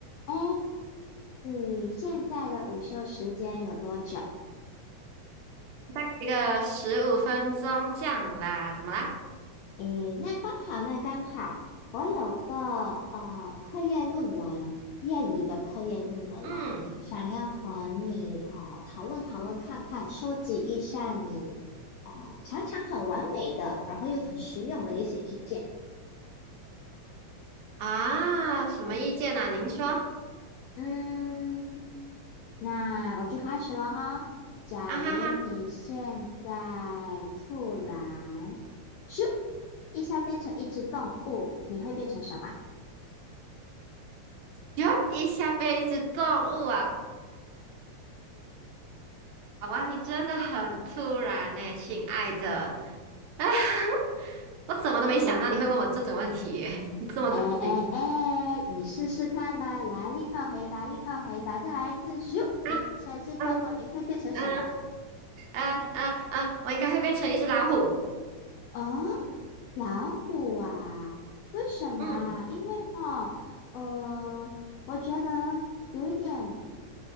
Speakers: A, on the left; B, on the right.
A: 哎，你现在的午休时间有多久？
B: 那一个十五分钟这样啦，怎么啦？
A: 诶，那刚好，那刚好，我有个呃课业论文，业余的课业论文啦，
B: 嗯
A: 想要和你呃讨论讨论看看，收集一下你呃常常很完美的，然后又很实用的一些意见。
B: 啊，什么意见啊？您说
A: 嗯，那我就开始了哈。假如你现在
B: 啊哈哈，
A: 突然咻一下变成一只动物，你会变成什么？
B: 哟，一下变一只动物啊！哇，你真的很突然呢，亲爱的。啊，<laughs> 我怎么都没想到你会问我这种问题耶，
A: 我
B: <laughs> 你这么震惊。
A: 哎哎哎，你试试看吧，来，立刻回答，立刻回答，再来一次咻！你变成一只动物，
B: 啊嗯
A: 你会变成什么？
B: 嗯嗯嗯嗯，我应该会变成一只老虎。
A: 哦，老虎啊？为什么啊？
B: 嗯
A: 因为哈，呃，我觉得有一点。